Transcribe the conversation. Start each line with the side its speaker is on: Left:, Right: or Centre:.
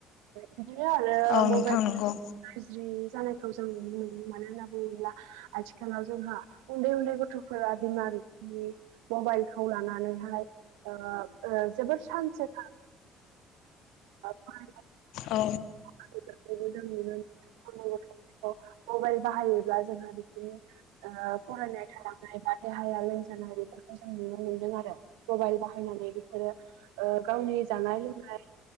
Right: बिदिनो आरो
Left: औ
Right: मबाइल
Left: नोंथां नंगौ
Right: गाज्रि जानायखौ जों नुनो मोन्दों मानो होनना बुङोब्ला आथिखालाव जोंहा उन्दै उन्दै गथ' फोरा बिमा बि मबाइलखौ लानानैहाय ओ ओ जोबोर <unintelligible> सान्ससो <unintelligible>
Left: औ
Right: <unintelligible> जों नुनो मोनो उन्दै गथ'फोरखौ मबाइल बाहायोब्ला जोंहा बिसोरनि ओ फरायनाय थालांनाय बा देहाया लोमजानाय बेफोर जों नुनो मोनदों आरो मबाइल बाहायनानै बिसोरो ओ गावनि जानाय लोंनाय